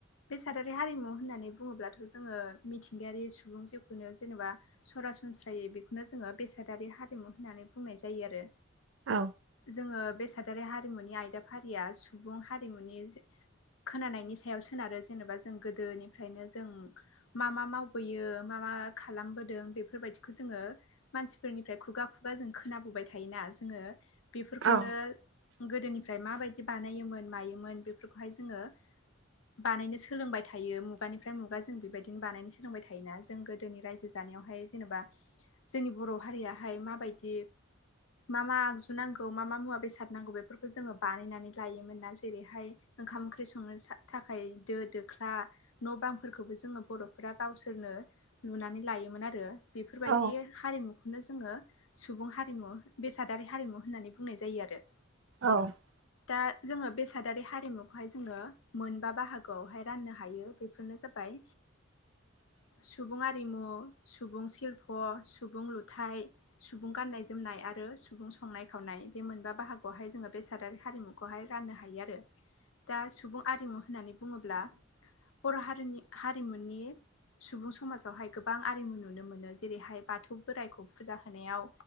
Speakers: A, on the left; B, on the right.
A: बेसादारि हारिमु होननानै बुङोब्लाथ' जोङो मिथिंगायारि सुबुं जिउखौनो जेनेबा सरासनस्रायै बेखौनो जोङो बेसादारि हारिमु होननानै बुंनाय जायो आरो
B: औ
A: जोङो। बे सादारि हारिमुनि आयदाफारिया सुबुं हारिमुनि खोनानायनि सायाव सोनारो जेनेबा जों गोदोनिफ्रायनो जों मा मा मावबोयो मा मा खालामबोदों बेफोरबायदिखौ जोङो मानसिफोरनिफ्राय खुगा खुगा जों खोनाबोबाय थायोना जोङो बेफोरखौनो
B: औ
A: गोदोनिफ्राय माबायदि बानायोमोन मायो मोन बेफोरखौहाय जोङो बानायनो सोलोंबाय थायो मुगानिफ्राय मुगा जों बेबायदिनो बानायनो सोलोंबाय थायोना जों गोदोनि रायजो जानायावहा जेनेबा जोंनि बर' हारियहाय माबायदि मा मा आगजु नांगौ मा मा मुवा बेसाद नांगौ बेफोरखौ जोङो बानायनानै लायोमोन ना जेरैहाय ओंखाम ओंख्रि संनो सा थाखाय दो दोख्ला न' बांफोरखौबो जोङो बर'फोरा गावसोरनो लुनानै लायो। आरो बेफोरबायदि
B: औ
A: हारिमु। बेनो जोङो सुबुं हारिमु बेसादारि हारिमु होननानै बुंनाय जायो आरो
B: औ
A: दा जोङो बेसादारि हारिमुखौहाय जोङो मोनबा बाहागोआवहाय राननो हायो बेफोरनो जाबाय सुबुं आरिमु सुबुं सिल्प' सुबुं लुथाय सुबुं गान्नाय जोमनाय आरो सुबुं संनाय खावनाय बे मोनबा बाहागोआवहाय जोङो बेसादारि हारिमुखौ राननो हायो आरो दा सुबुं आरिमु होननानै बुङोब्ला। बर' हारिनि हारिमुनि सुबुं समाजावहाय गोबां आरिमु नुनो मोनो जेरैहाय बाथौ बोराइखौ फुजा होनायाव